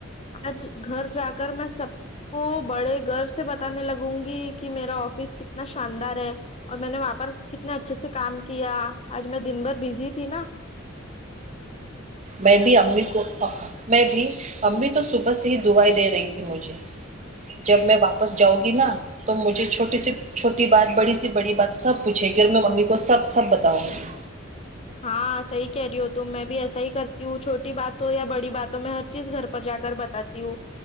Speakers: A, on the left; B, on the right.
A: آج گھر جا کر میں سب کو بڑے گر سے بتانے لگوں گی کہ میرا آفس کتنا شاندار ہے اور میں نے وہاں پر کتنے اچھے سے کام کیا آج میں دن بھر بزی تھی نا
B: میں بھی امی کو میں بھی امی تو صبح سے ہی دعائی دے رہی تھی مجھے جب میں واپس جاؤں گی نا تو مجھے چھوٹی سی چھوٹی بات بڑی سی بڑی بات سب پوچھے گی اور میں امی کو سب سب بتاؤں گی
A: ہاں صحیح کہہ رہی ہو تو میں بھی ایسا ہی کرتی ہوں چھوٹی بات ہو یا بڑی بات ہو میں ہر چیز گھر پر جا کر بتاتی ہوں